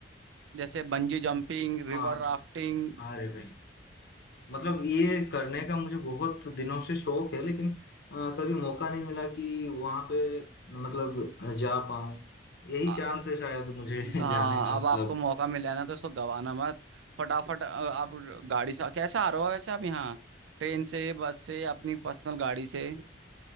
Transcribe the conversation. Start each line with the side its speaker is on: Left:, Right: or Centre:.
Right: जैसे बंजी जंपिंग रिवर
Left: हाँ
Right: राफ्टिंग
Left: अरे भाई मतलब ये करने का मुझे बहुत दिनों से शौक है लेकिन अ, कभी मौका नहीं मिला कि वहाँ पे मतलब जा पाऊँ यही
Right: आ-
Left: चांस है शायद मुझे
Right: हाँ
Left: <laughs> जाने का
Right: अब
Left: मतलब
Right: आपको मौका मिला है ना तो इसको गवाना मत फटाफट अ, आप गाड़ी से कैसे आ रहे हो वैसे आप यहाँ ट्रेन से बस से अपनी पर्सनल गाड़ी से